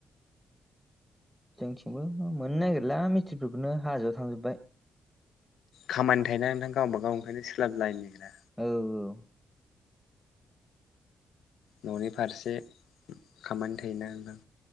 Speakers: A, in the centre; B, on the left.
A: जोंनिथिंबो मोननो नागिरला मिस्थ्रिफोरखौनो हाजोआव थांजोब्बाय
B: खामानि थायोना नोंथां गावबागाव ओंखायनो सोलाबलायनो नागिरा
A: औ औ
B: न'नि फारसे खामानि थायोना नोंथां